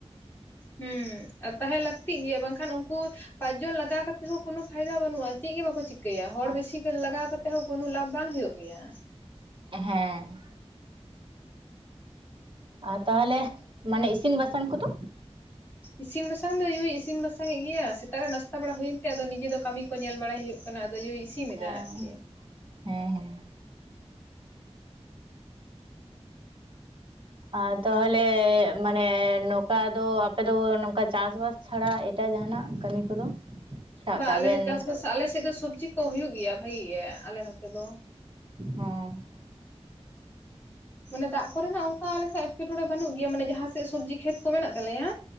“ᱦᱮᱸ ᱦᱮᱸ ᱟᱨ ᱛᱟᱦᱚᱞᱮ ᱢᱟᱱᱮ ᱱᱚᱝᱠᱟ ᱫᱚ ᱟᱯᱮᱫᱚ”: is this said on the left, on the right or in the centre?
Right